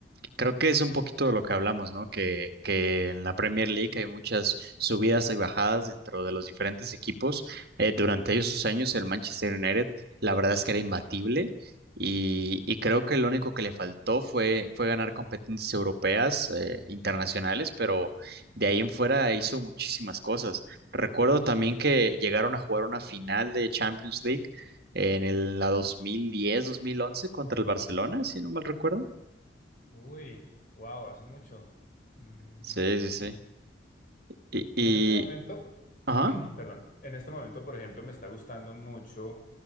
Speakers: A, on the right; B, on the left.
A: Creo que es un poquito de lo que hablamos, ¿no? Que, que en la Premier League hay muchas subidas y bajadas dentro de los diferentes equipos. Eh, durante esos años, el Manchester United, la verdad es que era imbatible y, y creo que lo único que le faltó fue, fue ganar competencias europeas, eh, internacionales, pero de ahí en fuera hizo muchísimas cosas. Recuerdo también que llegaron a jugar una final de Champions League en el, la 2010-2011 contra el Barcelona, si no mal recuerdo.
B: Uy, wow, hace mucho. Mm,
A: Sí, sí, sí. Y, y-
B: En este momento,
A: ajá.
B: <clears throat> perdón, en este momento, por ejemplo, me está gustando mucho